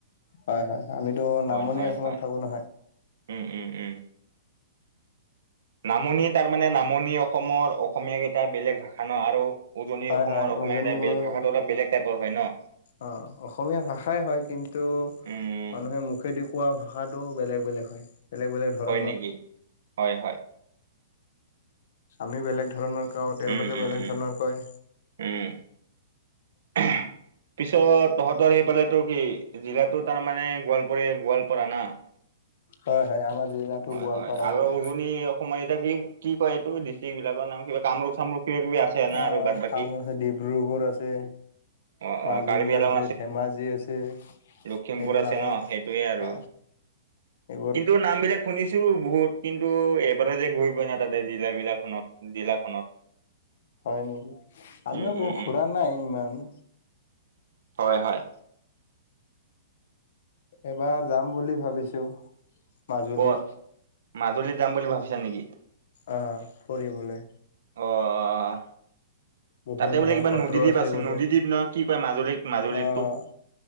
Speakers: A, on the left; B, on the right.
A: হয় হয় আমিতো
B: হয়
A: নামনি
B: হয়
A: অসমত
B: হয়
A: থাকো নহয়
B: উম উম উম নামনি তাৰমানে নামনি অসমৰ অসমীয়া কেইটাৰ বেলেগ ভাষা ন আৰু উজনি
A: হয়
B: অসমৰ
A: হয়
B: অসমীয়া
A: উজনিবোৰৰ
B: কেইটাৰ ভাষাটো অলপ বেলেগ টাইপৰ হয় ন
A: অ অসমীয়া ভাষাই হয় কিন্তু
B: উম
A: মানুহে মুখেদি কোৱা ভাষাটো বেলেগ বেলেগ হয় বেলেগ বেলেগ ধৰণৰ
B: হয় নেকি হয় হয়
A: আমি বেলেগ ধৰণৰ কওঁ তেওঁলোকে
B: উম উম
A: বেলেগ
B: উম
A: ধৰণৰ কয়
B: উম <unintelligible> পিছত তহঁতৰ সি পালোতো কি জিলাতো তাৰমানে গোৱালপৰীয়া গোৱালপাৰা না <inaudible>
A: হয় হয় আমাৰ জিলাটো
B: হয়
A: গোৱালপাৰা
B: হয় আৰু
A: পৰে।
B: উজনি অসমৰ এতিয়া কি কি কয় এইটো ডিষ্ট্ৰিক বিলাকৰ নাম কিবা কামৰূপ চামৰূপ কিবা কিবি আছে না
A: অ
B: আৰু বাদ বাকী
A: কামোৰ আছে ডিব্ৰুগড় আছে
B: অ অ
A: মাজুলী
B: কাৰ্বি আলং
A: আছে ধেমাজি আছে
B: লখিমপুৰ
A: এইবোৰ
B: আছে
A: আহ
B: ন সেইটোৱে আৰু
A: অ এইবোৰ
B: কিন্তু নাম বিলাক শুনিছো বহুত কিন্তু ন্তু এইবাৰো যে গৈ পোৱা না তাতে জিলা জিলাখনত জিলাখনত
A: হয় নেকি আমিও
B: উম উম
A: বহুত
B: উম
A: ঘুৰা নাই ইমান
B: হয় হয়
A: এবাৰ যাম বুলি ভাবিছো মাজুলীত
B: ক'ত মাজুলীত যাম বুলি ভাবিছা নেকি
A: আহ ফুৰিবলৈ
B: অহ্
A: বহুত
B: তাতে বোলে
A: ধৰ
B: কিবা
A: সত্ৰ
B: নদীদ্বীপ আছে
A: বোলে।
B: নদীদ্বীপ না কি কয় মাজুলীক মাজুলীটোক
A: অ',